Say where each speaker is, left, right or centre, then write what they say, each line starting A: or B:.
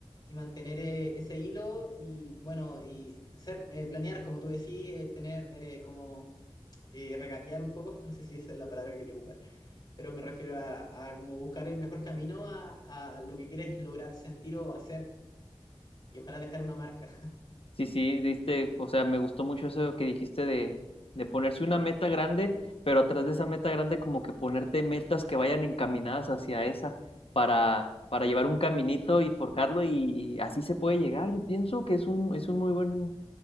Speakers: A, on the left; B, on the left.
A: y mantener eh, ese hilo y bueno, y ser, eh, planear, como tú decís, eh, tener eh, como eh, regatear un poco, <laughs> no sé si esa es la palabra que quería ocupar pero me refiero a, a como buscar el mejor camino a, a lo que quieres lograr, sentir o hacer y ojalá dejar una marca.
B: Sí, sí, diste, o sea, me gustó mucho eso que dijiste de, de ponerse una meta grande, pero atrás de esa meta grande como que ponerte metas que vayan encaminadas hacia esa para, para llevar un caminito y forjarlo y, y así se puede llegar. Yo pienso que es un, es un muy buen,